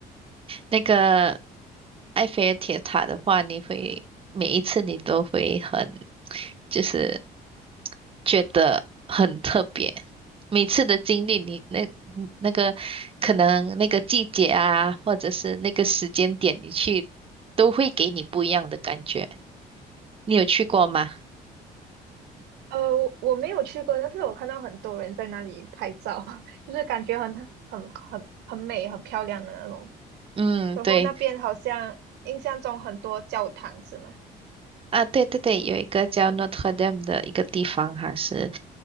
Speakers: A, on the right; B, on the right.
A: 那个埃菲尔铁塔的话，你会每一次你都会很就是觉得很特别。每次的经历，你那那个可能那个季节啊，或者是那个时间点，你去都会给你不一样的感觉。你有去过吗？
B: 呃，我没有去过，但是我看到很多人在那里拍照，<laughs> 就是感觉很很很很美、很漂亮的那种。
A: 嗯，
B: 然后那边好像印象中很多教堂是吗？
A: 对啊，对对对，有一个叫 Notre Dame 的一个地方，还是